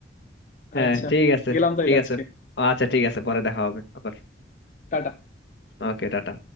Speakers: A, on the left; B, on the left.
A: হ্যাঁ
B: আচ্ছা
A: ঠিক আছে
B: গেলাম তাইলে
A: ঠিক আছে
B: আজকে
A: আচ্ছা ঠিক আছে পরে দেখা হবে আবার
B: টাটা
A: ওকে টাটা